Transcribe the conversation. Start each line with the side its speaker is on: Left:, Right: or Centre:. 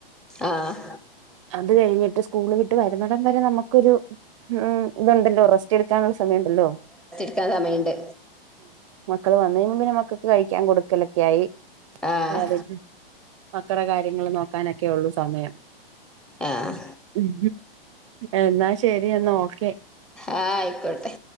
Centre: ആഹ്
Right: അത് കഴിഞ്ഞിട്ട് സ്കൂള് വിട്ട് വരുന്നിടം വരെ നമുക്കൊരു എ തുണ്ടല്ലോ റസ്റ്റ് എടുക്കാനു സമയ ണ്ടല്ലോ
Centre: ക്കാൻ സമയണ്ട്
Right: മക്കള് വന്ന് കഴിഞ പിന്നെ മക്കക്ക് കഴിക്കാ കൊടുക്കലൊക്കെ ആയി
Centre: ആഹ്
Right: എ ദെ മക്കളെ കാര്യങ്ങൾ നോക്കാനൊക്കെള്ളു സമയം
Centre: ആഹ്
Right: ഉം എന്നാ ശരി എന്നാ ഓക്കെ
Centre: ആഹ് ആയിക്കോട്ടെ